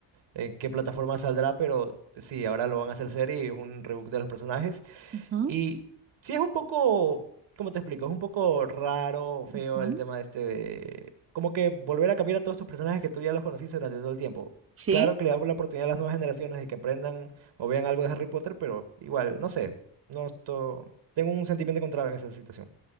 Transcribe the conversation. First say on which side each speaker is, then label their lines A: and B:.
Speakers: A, on the right; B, on the right.
A: en qué plataforma saldrá, pero sí, ahora lo van a hacer serie y es un reboot de los personajes.
B: Ujú,
A: Y sí es un poco, ¿cómo te explico? Es un poco raro, feo
B: ujú.
A: el tema de este de... Como que volver a cambiar a todos tus personajes que tú ya los conociste durante todo el tiempo.
B: Sí.
A: Claro que le damos la oportunidad a las nuevas generaciones de que aprendan o vean algo de Harry Potter, pero igual, no sé. No esto... Tengo un sentimiento encontrado en esa situación.